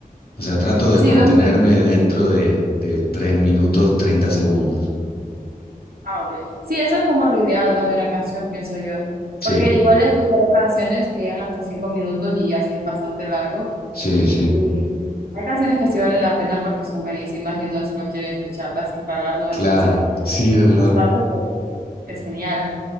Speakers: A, on the left; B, on the right.
A: O sea, trato de
B: Sí,
A: mantenerme
B: dos minutos.
A: dentro de, de 3 minutos treinta segundos.
B: Ah, ok. Sí, eso es como lo ideal, ¿no? De una canción, pienso yo.
A: Sí,
B: Porque igual he escuchado canciones que llegan hasta cinco minutos y así es bastante largo.
A: sí, sí.
B: Y hay canciones que sí valen la pena porque son buenísimas y uno solo quiere escucharlas sin pararlo,
A: Claro,
B: entonces
A: sí,
B: es
A: es verdad.
B: bastante, pues, es genial.